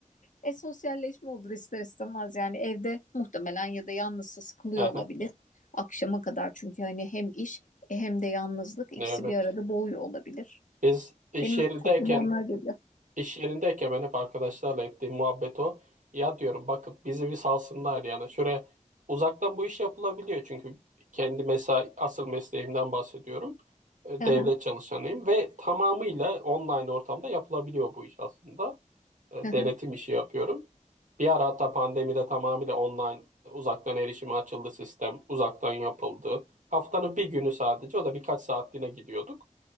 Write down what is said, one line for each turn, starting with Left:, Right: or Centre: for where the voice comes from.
Left: E sosyalleşme olur ister istemez yani evde muhtemelen ya da yalnızsa sıkılıyor
Right: Aha,
Left: olabilir. Akşama kadar çünkü hani hem iş e, hem de yalnızlık
Right: evet.
Left: ikisi bir arada boğuyor olabilir.
Right: Biz iş
Left: Benim
Right: yerindeyken
Left: aklıma onlar geliyor.
Right: İş yerindeyken ben hep arkadaşlarla ettiğim muhabbet o. Ya diyorum bakın bizi bir salsınlar yani. Şuraya uzaktan bu iş yapılabiliyor çünkü kendi mesai asıl mesleğimden bahsediyorum. E,
Left: Hı
Right: Devlet
Left: hı,
Right: çalışanıyım ve tamamıyla online ortamda yapılabiliyor bu iş aslında. E,
Left: hı
Right: Denetim
Left: hı,
Right: işi yapıyorum. Bir ara hatta pandemide tamamıyla online e, uzaktan erişime açıldı sistem. Uzaktan yapıldı. Haftanın bir günü sadece o da birkaç saatliğine gidiyorduk.